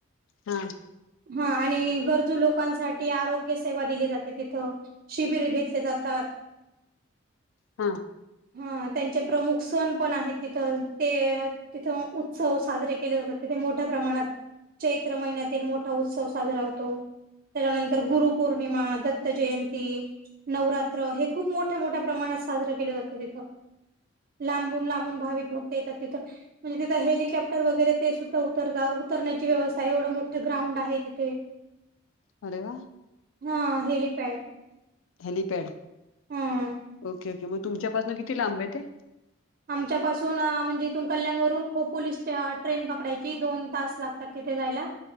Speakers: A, on the left (about 75°); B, on the right (about 45°).
A: हम्म.
B: हा आणि गरजू लोकांसाठी आरोग्य सेवा दिली जाते तिथं. शिबिर घेतले जातात.
A: हा.
B: हा त्यांचे प्रमुख सण पण आहेत तिथ ते तिथं उत्सव साजरे केले जातात तिथे मोठ्या प्रमाणात. चैत्र महिन्यातील मोठा उत्सव साजरा होतो. त्याच्यानंतर गुरुपौर्णिमा दत्त जयंती. नवरात्र हे खूप मोठ्या मोठ्या प्रमाणात साजरं केलं जातं तिथं. लांबून लांबून भाविक भक्त येतात तिथं. म्हणजे तिथे हेलिकॉप्टर वगैरे ते सुद्धा उतरता उतरण्याची व्यवस्था आहे एवढं मोठं ग्राउंड आहे तिथे.
A: अरे वा.
B: हा हेलीपॅड.
A: हेलपॅड
B: हा
A: ओके ओके मग तुमच्यापासन किती लांब आहे ते.
B: आमच्यापासून म्हणजे तु कल्याण वून खो पोलीस ट्रेन पकडायची दोन तास लाग तिथे जायला.